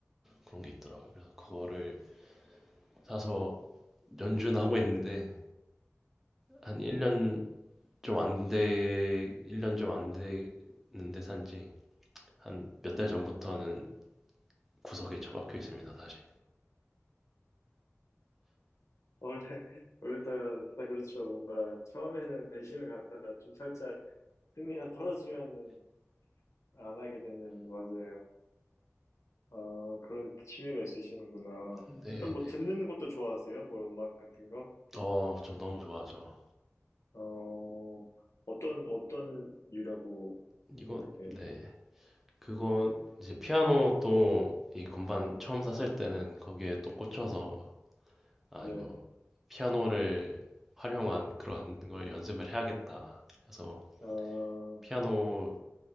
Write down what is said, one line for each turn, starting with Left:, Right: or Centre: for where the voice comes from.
Centre: 그런 게 있더라고요. 그래서 그거를 사서 연주는 하고 있는데 한 1년 좀 안 돼, 일 년 좀 안 됐는데 산지 한 몇
Left: 어,
Centre: 달 전부터는 구석에 처박혀 있습니다, 다시.
Left: 원래, <laughs> 원래 다, 다 그렇죠. 뭔가 처음에는 관심을 갖다가 좀 살짝 흥미가 떨어지면은 안 하게 되는, 맞아요. 아, 그런 취미가 있으시는구나.
Centre: 네네.
Left: 그럼 뭐 듣는 것도 좋아하세요? 뭐 음악 같은 거?
Centre: 어, 저 너무 좋아하죠.
Left: 어, 어떤, 어떤 유라고,
Centre: 이건
Left: 뭐 이렇게,
Centre: 네. 그거 이제 피아노 또 이 건반 처음 샀을 때는 거기에 또 꽂혀서 아
Left: 네.
Centre: 이거 피아노를 활용한 그런 걸 연습을 해야겠다. 해서
Left: 아,
Centre: 피아노